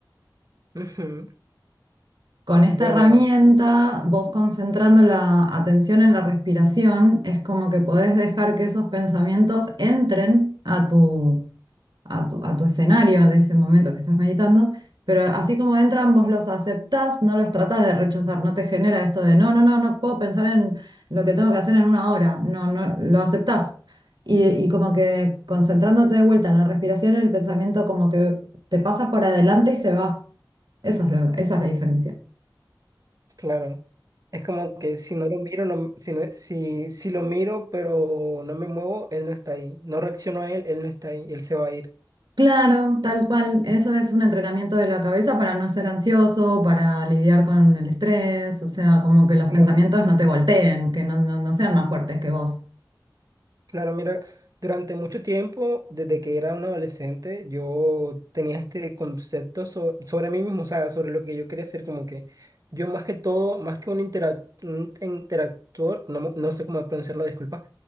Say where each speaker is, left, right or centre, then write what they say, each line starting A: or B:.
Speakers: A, on the right; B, on the right.
A: Ujú.
B: Con
A: Bueno.
B: esta herramienta, vos concentrando la atención en la respiración, es como que podés dejar que esos pensamientos entren a tu a tu, a tu escenario de ese momento que estás meditando, pero así como entran, vos los aceptás, no los tratás de rechazar, no te genera esto de no, no, no, no puedo pensar en lo que tengo que hacer en una hora, no, no, lo aceptás. Y, y como que concentrándote de vuelta en la respiración, el pensamiento como que te pasa por adelante y se va. Eso es lo- esa es la diferencia.
A: Claro. Es como que si no lo miro, no, si, no- si, si lo miro, pero no me muevo, él no está ahí. No reacciono a él, él no está ahí, él se va a
B: Claro, tal cual. Eso es un entrenamiento de la cabeza para no ser ansioso, para lidiar con el estrés, o sea, como que los
A: ir.
B: pensamientos no te volteen, que no, no, no sean más fuertes que vos.
A: Claro, mira, durante mucho tiempo, desde que era un adolescente, yo tenía este concepto so- sobre mí mismo, o sea, sobre lo que yo quería ser, como que yo más que todo, más que un, interac- un interactor, no, mo- no sé cómo pronunciarlo, disculpa,